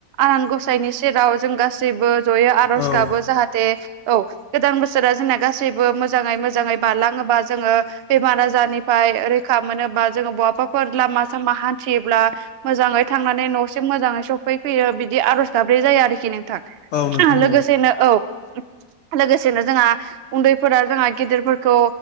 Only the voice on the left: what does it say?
औ
औ
औ
नोंथां